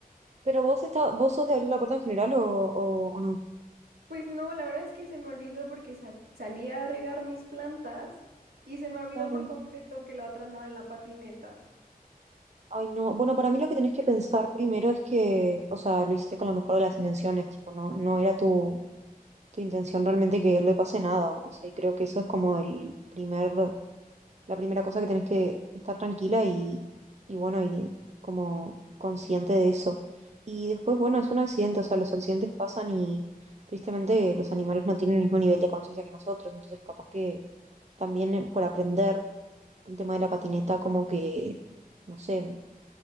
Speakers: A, on the right; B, on the right.
A: Pero vos está, vos sos de abrir la puerta en general o, o, o no.
B: Pues no, la verdad es que se me olvidó porque sa- salí a regar mis plantas y se me olvidó
A: Claro.
B: por completo que la otra andaba en la patineta.
A: Ay, no. Bueno, para mí lo que tenés que pensar primero es que, o sea, lo hiciste con la mejor de las intenciones, tipo, no, no era tu, tu intención realmente que le pase nada. O sea, y creo que eso es como el primer, la primera cosa que tenés que estar tranquila y, y bueno, y como consciente de eso. Y después, bueno, es un accidente, o sea, los accidentes pasan y tristemente los animales no tienen el mismo nivel de conciencia que nosotros, entonces capaz que también eh, por aprender el tema de la patineta, como que, no sé